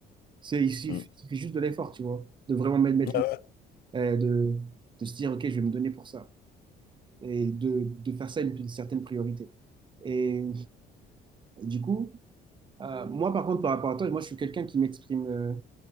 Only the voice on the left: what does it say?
mm, mm.
Ouais,